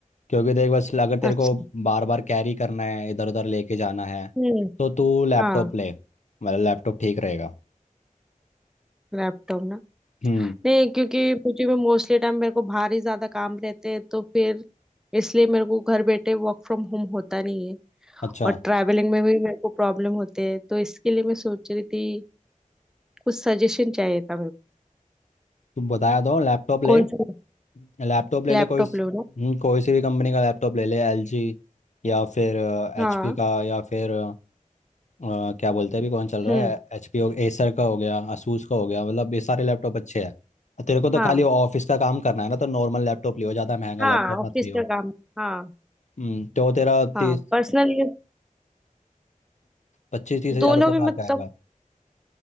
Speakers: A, on the left; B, in the centre.
A: क्योंकि देख बस अगर तेरे
B: अच्छा
A: को बार बार कैरी करना है इधर उधर लेके जाना है
B: हम्म
A: तो तू लैपटॉप
B: हाँ
A: ले मतलब लैपटॉप ठीक रहेगा
B: लैपटॉप ना
A: हम्म
B: नहीं क्योंकि मुझे में मोस्टली टाइम मेरे को बाहर ही ज्यादा काम रहते हैं तो फिर इसलिए मेरे को घर बैठे वर्क फ्रॉम होम होता नहीं है
A: अच्छा
B: और ट्रैवलिंग में भी मेरे को प्रॉब्लम होते हैं तो इसके लिए मैं सोच रही थी कुछ सजेशन चाहिए था मेरे को
A: तू बताया तो लैपटॉप ले
B: कौन सा
A: लैपटॉप ले
B: लैपटॉप
A: ले कोई हम्म,
B: लो ना
A: कोई सी भी कंपनी का लैपटॉप ले ले एलजी या फिर
B: हाँ
A: एचपी का या फिर अ, अ, क्या बोलते हैं अभी कौन चल रहा
B: हम्म
A: है एचपी हो एसर का हो गया asus का हो गया मतलब ये सारे लैपटॉप अच्छे हैं तेरे को तो
B: हाँ
A: खाली ऑफिस का काम करना है ना तो नॉर्मल लैपटॉप लियो ज़्यादा महंगा
B: हाँ
A: लैपटॉप
B: ऑफिस
A: मत लियो
B: का काम हाँ
A: हम्म तो तेरा तीस
B: हाँ पर्सनल
A: पच्चीस तीस हजार
B: दोनों
A: रुपये
B: भी
A: का आ
B: मतलब
A: जाएगा